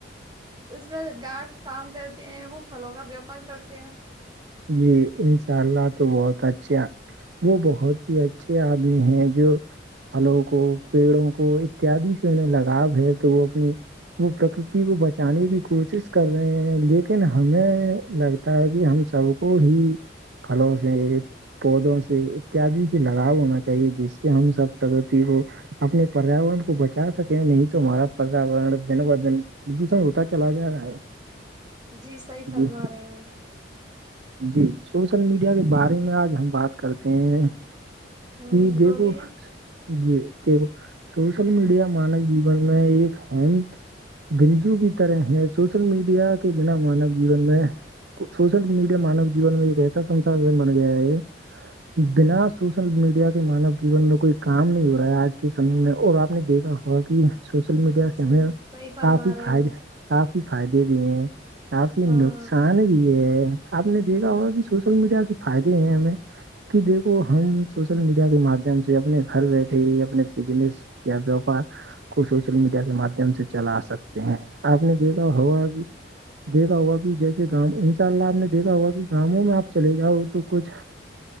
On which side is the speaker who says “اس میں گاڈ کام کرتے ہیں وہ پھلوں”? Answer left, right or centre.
Right